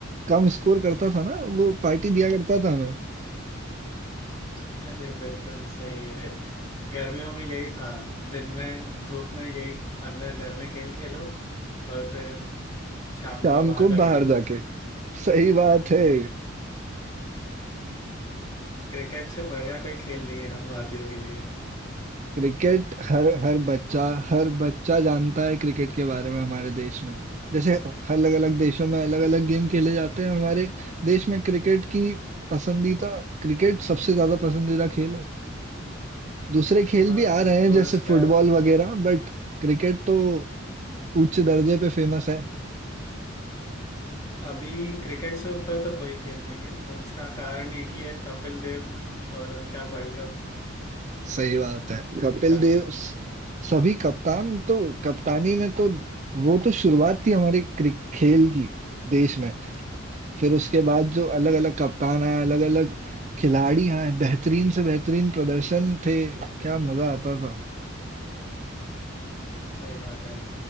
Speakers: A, on the right; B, on the left.
A: कम स्कोर करता था ना वो पार्टी दिया करता था हमें
B: अरे बिल्कुल सही है गर्मियों में यही था दिन में धूप में यही अंदर घर में खेल खेलो और फिर शाम
A: शाम
B: को बाहर
A: को
B: जाके
A: बाहर
B: खेलो
A: जाके सही बात है
B: क्रिकेट से बढ़िया कोई खेल नहीं है हम भारतीयों के लिए
A: क्रिकेट हर हर बच्चा हर बच्चा जानता है क्रिकेट के बारे में हमारे देश में जैसे अलग अलग देशों में अलग अलग गेम खेले जाते हैं हमारे देश में क्रिकेट की पसंदीदा क्रिकेट सबसे ज्यादा पसंदीदा खेल है दूसरे खेल
B: हाँ
A: भी आ रहे हैं
B: और
A: जैसे
B: उसका
A: फुटबॉल वगैरह बट क्रिकेट तो उच्च दर्जे पे फेमस है
B: अभी क्रिकेट से ऊपर तो कोई खेल नहीं है और उसका कारण एक ही है कपिल देव और उनका वर्ल्ड कप
A: सही बात है कपिल
B: जानते
A: देव
B: हो
A: स- सभी कप्तान तो कप्तानी में तो वो तो शुरुआत थी हमारे क्रिक- खेल की देश में फिर उसके बाद जो अलग अलग कप्तान आए अलग अलग खिलाड़ी आए बेहतरीन से बेहतरीन प्रदर्शन थे क्या मजा आता था
B: सही बात है